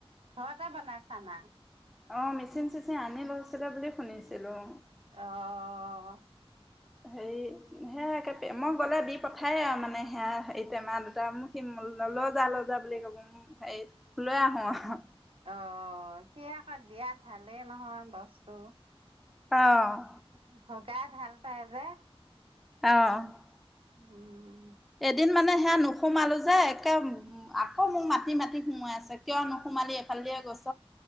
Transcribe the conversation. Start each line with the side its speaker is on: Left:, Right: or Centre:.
Right: ঘৰতে বনাই চানা।
Centre: অ' মিচিন চিচিন আনি লৈছিলে বুলি শুনিছিলোঁ।
Right: অ'
Centre: হেৰি সে মই গ'লে দি পঠায়েই আৰু মানে সেয়া এইতেমা দুটা মোক সি ল যা ল যা বুলি কব মোক হে লৈ আহোঁ আৰু।
Right: অ'সি আকৌ দিয়াত ভালেই নহয় বস্তু।
Centre: অ'
Right: <inaudible> তাই ভাল পাই যে।
Centre: অ'
Right: উম
Centre: এদিন মানে হেনো। নোসোমালো যে একে আকৌ মোক মাতি মাতি সোমাই ছে কিয় নোসোমালি এইফালে দিয়ে গৈছ।